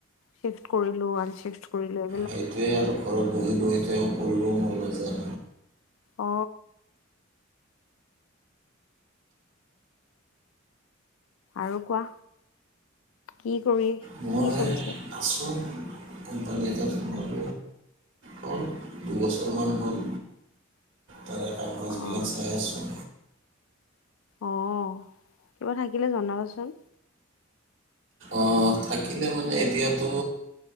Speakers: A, on the left (about 80°); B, on the right (about 65°).
A: চিফ্ট কৰিলো আন চিফ্ট কৰিলো
B: সেইটোৱে আৰু ঘৰত বহি বহি তেওঁ কৰিবও মন নাযায়
A: অ আৰু কোৱা কি। কৰি
B: মই
A: কি চলিছে?
B: আছোঁ কোম্পানী এটাত সোমাব। হল দুবছৰমান হ'ল। তাৰে কাম কাজবিলাক
A: অ'
B: চাই আছোঁ।
A: অ কিবা থাকিলে জনাবাচোন।
B: অ থাকিলে মানে এতিয়াতো